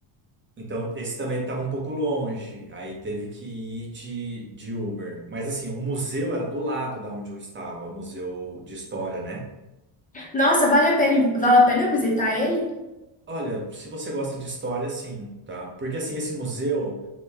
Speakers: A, on the right; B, on the left.
A: Então, esse também estava um pouco longe. Aí teve que ir de, de Uber. Mas assim, o museu era do lado da onde eu estava, o museu de história, né?
B: Nossa, vale a pena, vale a pena visitar ele?
A: Olha, se você gosta de história, sim, tá? Porque assim, esse museu,